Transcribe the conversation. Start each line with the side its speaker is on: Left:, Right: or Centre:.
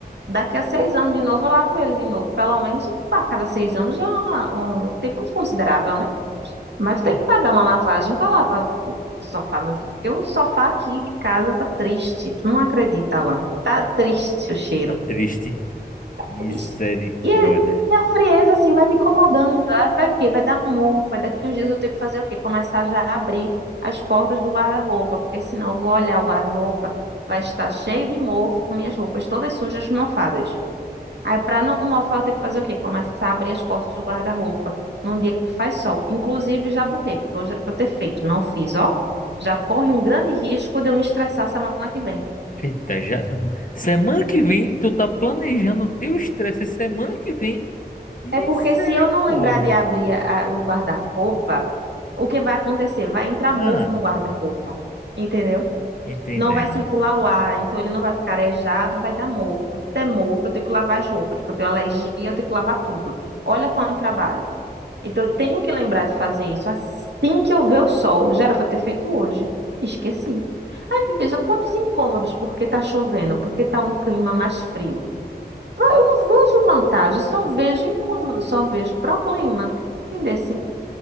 Right: Daqui a seis anos, de novo, eu lavo ele de novo. Pelo menos a cada seis anos já é um um tempo considerável, né? Mas tem
Left: É,
Right: que pagar uma lavagem para lavar o o sofá, meu filho. Porque o sofá aqui de casa tá triste. Tu não acredita, Alan. Tá triste o cheiro.
Left: tá triste. Misericórdia.
Right: triste. E é- e a frieza, assim, vai me incomodando. Aí Vai o quê? Vai dar mofa. Daqui uns dias eu tenho que fazer o quê? Começar já a abrir as portas do guarda-roupa, porque senão eu vou olhar o guarda-roupa, vai estar cheio de mofo, com minhas roupas todas sujas, mofadas. Aí, para não mofar, eu tenho que fazer o quê? Começar a abrir as portas do guarda-roupa num dia que faz sol. Inclusive, já borrei, porque hoje era para eu ter feito, não fiz, ó. Já corre um grande risco de eu me estressar semana que vem.
Left: Eita, já semana que vem tu tá planejando teu estresse semana que vem. Misericórdia.
Right: É porque se eu não lembrar de abrir a- o guarda-roupa, o que vai acontecer? Vai entrar mofo
Left: Ah,
Right: no guarda-roupa, entendeu?
Left: entendendo.
Right: Não vai circular o ar, então ele não vai ficar arejado e vai dar mofo. Se der mofo, eu tenho que lavar as roupas, porque eu tenho alergia, eu tenho que lavar tudo. Olha quanto trabalho. Então eu tenho que lembrar de fazer isso assim que eu ver o sol. Já era para ter feito hoje. Esqueci. Aí veja quantos incômodos, porque tá chovendo, porque tá um clima mais frio. Eu não vejo vantagem, só vejo incômodo, só vejo problema. Entendeu? assim?